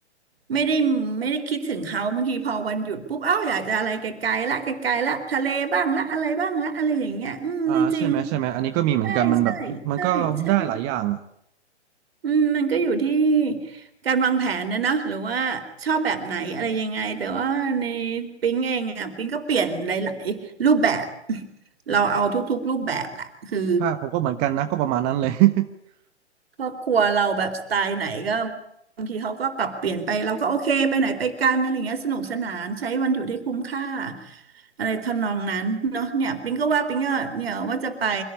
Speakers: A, on the right (about 60°); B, on the right (about 25°).
A: ไม่ได้ไม่ได้คิดถึงเขาบางทีพอวันหยุดปุ๊บเอ้าอยากจะอะไรไกลๆละไกลๆละทะเลบ้างละอะไรบ้างละอะไรอย่างเงี้ยอืมจริง
B: อ่าใช่ไหมใช่ไหมอันนี้ก็มีเหมือนกันมันแบบมันก็ได้หลายอย่างอะ
A: ๆใช่ใช่ใช่ใช่ อืมมันก็อยู่ที่การวางแผนนะเนอะหรือว่าชอบแบบไหนอะไรยังไงแต่ว่าในปิ๊งเองอ่ะปิ๊งก็เปลี่ยนหลายๆรูปแบบ <laughs> เราเอาทุกๆรูปแบบแหละคือ
B: ค่ะผมก็เหมือนกันนะก็ประมาณนั้นเลย <laughs>
A: ครอบครัวเราแบบสไตล์ไหนก็บางทีเขาก็ปรับเปลี่ยนไปเราก็โอเคไปไหนไปกันอะไรเงี้ยสนุกสนานใช้วันหยุดให้คุ้มค่าอะไรทำนองนั้นเนาะเนี่ยปิงก็ว่าปิงก็เนี่ยว่าจะไป